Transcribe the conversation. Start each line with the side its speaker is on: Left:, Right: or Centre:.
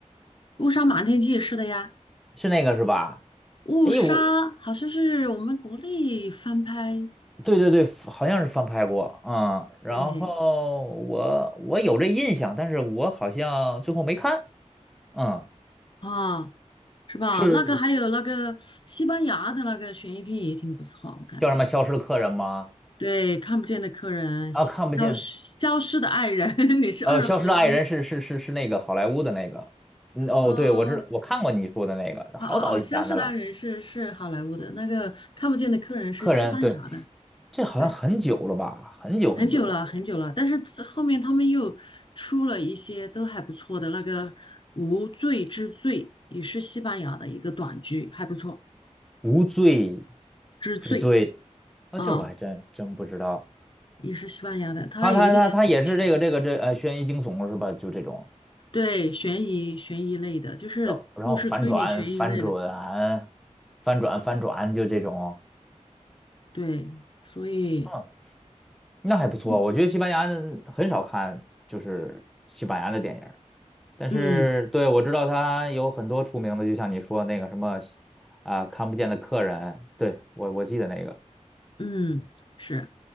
Left: 《误杀瞒天记》是的呀，
Centre: 是那个是吧？
Left: 《误杀》好像是我们国内翻拍，
Centre: 哎，我对对对，好像是翻拍过啊，嗯，然后我我有这印象，
Left: 对
Centre: 但是我好像最后没看，嗯，
Left: 啊。是吧？
Centre: 是
Left: 那个还有那个西班牙的那个悬疑片也挺不错，我感觉。
Centre: 叫什么《消失的客人》吗？
Left: 对，看不见的客人，
Centre: 啊，
Left: 消失消失的爱人，
Centre: 看不见，
Left: <laughs> 你是二合一。
Centre: 呃，《消失的爱人》是是是是那个好莱坞的那个，嗯，哦，
Left: 呃，
Centre: 对，我知道，我看过你说的那个，
Left: 啊啊啊，
Centre: 好早以前的了，
Left: 消失的爱人是是好莱坞的，那个看不见的客人是西班牙的。
Centre: 《客人》对，这好像很久了吧，
Left: 对，
Centre: 很久很久了，
Left: 很久了很久了，但是后面他们又出了一些都还不错的，那个无罪之罪也是西班牙的一个短剧，还不错。
Centre: 《无罪
Left: 之罪
Centre: 之罪》
Left: 啊，
Centre: 啊，这我还真真不知道，
Left: 也是西班牙的，它有一点悬疑。
Centre: 他他他他也是这个这个这呃悬疑惊悚是吧？就这种。
Left: 对，悬疑悬疑类的，就是故事推理悬疑类的，
Centre: 然后然后反转反转反转反转就这种，
Left: 对，所以，
Centre: 嗯，那还不错。
Left: 嗯
Centre: 我觉得西班牙人很少看就是西班牙的电影儿但是对我知道他有很多出名的，
Left: 嗯
Centre: 就像你说那个什么啊、看不见的客人，对我我记得那个，
Left: 嗯，是，